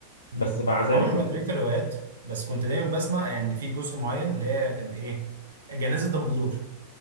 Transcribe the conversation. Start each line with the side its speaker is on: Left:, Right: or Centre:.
Right: امم
Left: بس مع
Right: انا
Left: ذلك
Right: عمري ما
Left: ال...
Right: قريت الروايات بس كنت دايما بسمع يعني في جزء معين اللي هي كان ايه جنازة دامبلدور